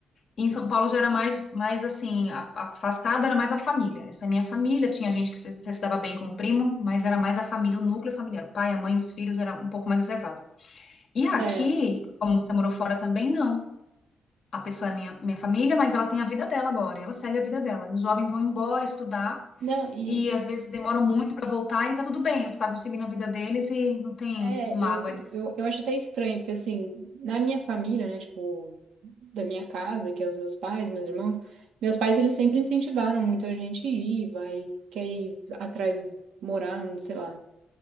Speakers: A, on the left (about 45°); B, on the right (about 85°).
A: E em São Paulo já era mais, mais assim, a- afastado, era mais a família. Essa é a minha família, tinha gente que se, se dava bem com o primo, mas era mais a família, o núcleo familiar, o pai, a mãe, os filhos, era um pouco mais reservado. E aqui,
B: É.
A: como você morou fora também, não. A pessoa é minha, minha família, mas ela tem a vida dela agora, e ela segue a vida dela. Os jovens vão embora estudar
B: Não, e
A: e às vezes demoram muito para voltar e tá tudo bem. Os pais vão seguir na vida deles e não tem
B: É,
A: mágoa
B: eu,
A: nisso.
B: eu, eu acho até estranho, porque assim, na minha família, né, tipo, da minha casa, que é os meus pais, meus irmãos, meus pais, eles sempre incentivaram muito a gente ir, vai, quer ir atrás, morar, não sei lá,